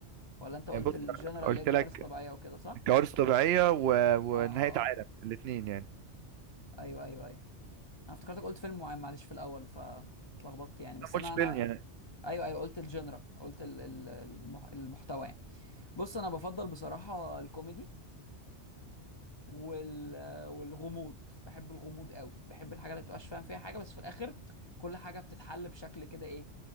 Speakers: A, on the left; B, on the right.
A: ولا انت قلت
B: آه، بص
A: الجنرال
B: أنا قلت
A: اللي هي كوارث
B: لك
A: طبيعيه وكده صح
B: كوارث طبيعية و... ونهاية
A: اه اه
B: عالم
A: آه.
B: الاتنين يعني
A: ايوه ايوه ايوه انا افتكرتك قلت فيلم معين معلش في الاول فاتلخبطت يعني بس
B: ما قلتش
A: انا
B: فيلم
A: انا
B: يعني
A: ايوه ايوه قلت الجنرا قلت ال- ال- المح... المحتوى يعني بص انا بفضل بصراحه الكوميدي وال... والغموض بحب الغموض قوي بحب الحاجه اللي بتبقاش فاهم فيها حاجه بس في الاخر كل حاجه بتتحل بشكل كده ايه